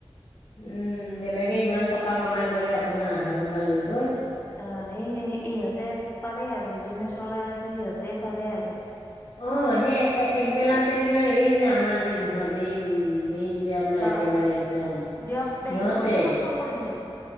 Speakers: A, on the left; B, on the left.
A: উম, বেলেগে ইমান টকা কামাই কৰে অকমান আধা ঘন্টা লৈ গৈ।
B: অ' এই ইহঁতে পাৰে আৰু যোনে চলাই আছে সিহঁতে পাৰে আৰু।
A: অ' সেই এ বেলাতে বোলে এই যে আমাৰ যে ইহঁত এই উ মেইন যে আমাৰ একেবাৰে
B: অ অ
A: একদম
B: দিয়ক দে
A: সিহতে
B: মই পিছত ফোন কৰিম দিয়ক